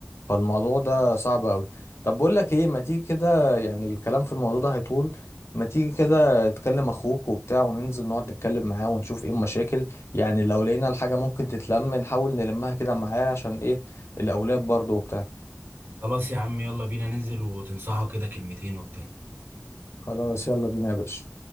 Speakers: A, on the left (about 85°); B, on the right (about 60°).
A: فالموضوع ده صعب قوي طب بقول لك ايه ما تيجي كده يعني الكلام في الموضوع ده هيطول ما تيجي كده تكلم اخوك وبتاع وننزل نقعد نتكلم معاه ونشوف ايه المشاكل يعني لو لقينا الحاجة ممكن تتلم نحاول نلمها كده معاه عشان ايه الاولاد برضه وبتاع
B: خلاص يا عم يلا بينا ننزل وتنصحه كده كلمتين وبتاع
A: خلاص يلا بينا يا باشا